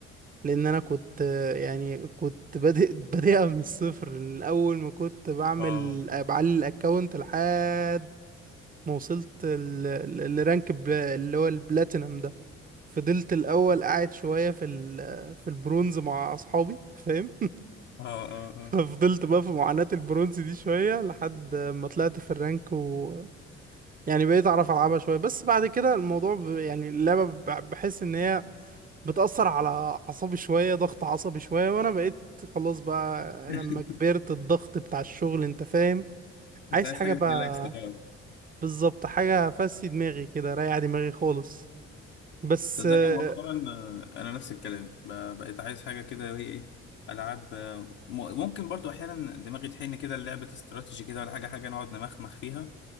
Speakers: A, on the right (about 30°); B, on the left (about 75°).
A: لان انا كنت يعني كنت بادئ <laughs> بادئها من الصفر من اول ما كنت بعمل
B: اه
A: بعلي الاكونت لحد ما وصلت ال- ال- الرانك ب- اللي هو البلاتينم ده فضلت الاول قاعد شويه في ال- في البرونز مع اصحابي فاهم
B: اه اه
A: <laughs> ففضلت
B: اه
A: بقى في معاناه البرونز دي شويه لحد ما طلعت في الرانك و يعني بقيت اعرف العبها شويه بس بعد كده الموضوع ب... يعني اللعبه ب- بحس ان هي بتأثر على أعصابي شوية ضغط عصبي شوية وأنا بقيت خلاص بقى
B: <laughs>
A: لما كبرت الضغط بتاع الشغل أنت فاهم
B: انت
A: عايز
B: عايز
A: حاجة
B: حاجه
A: بقى
B: تريلاكس اه
A: بالظبط حاجة فسي دماغي كده ريح دماغي خالص بس
B: صدقني
A: آه،
B: مؤخرا آه، انا نفس الكلام ب- بقيت عايز حاجه كده ايه إيه، العاب آه، م- ممكن برضو احيانا دماغي تحن كده لعبه استراتيجي كده ولا حاجه حاجه نقعد نمخمخ فيها